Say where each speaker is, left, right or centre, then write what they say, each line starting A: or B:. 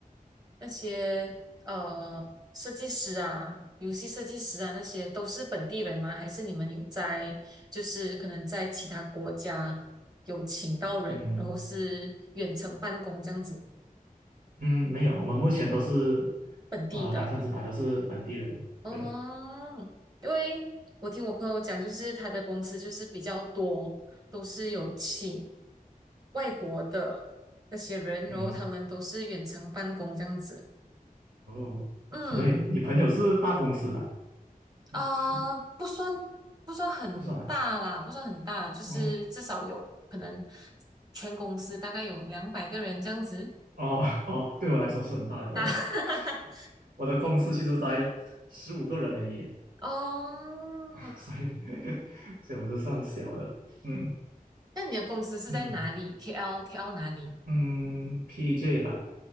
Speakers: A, on the right (about 25°); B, on the right (about 75°).
A: 那些呃设计师啊、游戏设计师啊那些都是本地人吗？还是你们有在就是可能在其他国家有请到人，
B: 嗯。
A: 然后是远程办公这样子
B: 嗯，没有，我们目前都是
A: 本地的？
B: 呃百分之百都是本地人。
A: 嗯，
B: 对，
A: 因为我听我朋友讲，就是他的公司就是比较多，都是有请外国的那些人，
B: 嗯，
A: 然后他们都是远程办公这样子。
B: 哦，
A: 嗯，
B: 可能你你朋友是大公司吧？好奇
A: 啊、不算不算很大啦，
B: 不算啊。
A: 不算很大啦就是至少有可能
B: 哦
A: 全公司大概有两百个人这样子
B: 哦哦，对我来说是很大的咯。
A: 大。
B: <laughs>
A: <laughs>
B: 我的公司其实才十五个人而已，
A: 哦，
B: <laughs> 所以 <laughs> 所以我就算小的。嗯
A: 那你的公司是在哪里？KL
B: 嗯
A: KL 哪里？
B: 嗯，PJ 吧